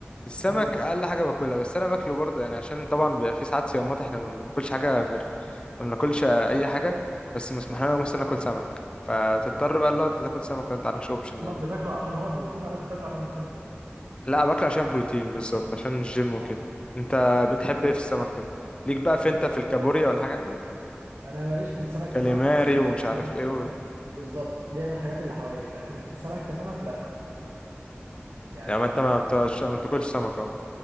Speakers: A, on the left; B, on the right.
A: السمك
B: حلو
A: اقل حاجه باكلها بس انا باكله برضه يعني عشان طبعا بيبقى في ساعات صيامات احنا ما بناكلش حاجه غير ما بناكلش اي حاجه بس مسموح لنا مثلا ناكل سمك فبتضطر بقى لو انت تاكل سمك لو انت عندكش اوبشن
B: سمك
A: يعني
B: بتاكله عشان هو بروتين ولا انت بتاكله عشان بتحبه
A: لا باكله عشان بروتين بالظبط عشان الجيم وكده
B: آه.
A: انت
B: <laughs> فهمت
A: بتحب ايه في السمك طب ليك بقى في
B: فهمت
A: انت في الكابوريا والحاجات دي
B: انا ماليش في السمك
A: كاليماري
B: كسمك بس ليا
A: ومش
B: في الحاجات
A: عارف
B: ال-
A: ايه و...
B: بالظبط ليا في الحاجات اللي حواليه لكن السمك كسمك لا ما يعني
A: يعني ما
B: ما
A: انت ما بتاكلش ما بتاكلش سمك